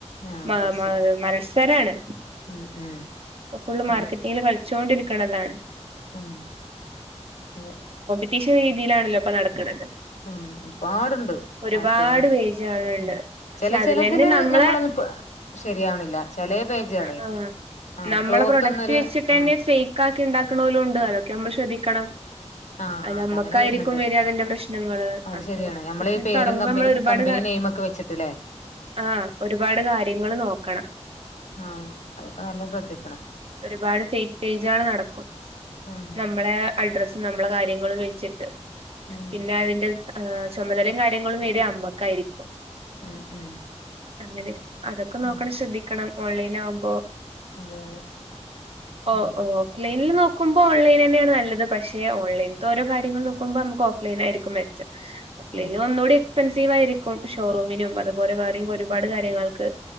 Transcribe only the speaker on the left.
ആ
ഡ്രസ്സ്
ഉം ഉം
അതെ
ഉം അതെ
ഉ ഒരുപാടുണ്ട്
ആപ്പുകള്
ഉ
ചില
ചിലതിൽ
ഞമ്മളൊന്നുപ്പ് ശരിയാവണില്ല ചില പേജുകളെ
ആ
ക്ലോത്ത്
ഒന്നൊരു
ആ
ആഹ്
അതങ്ങനെ വരുന്നുണ്ട്
അത്
ശരിയാണ് നമ്മള്
ഈ പേരും
കമ്പനി
കമ്പനി നെയിമൊക്കെ വെച്ചിട്ട്ല്ലേ
ആഹ് അതൊക്കെ നല്ല ശ്രദ്ധിക്കണം
ആഹ്
ഉം
ഉം ഉം
ഉം
അതെ അതെ
ഉം
ഉം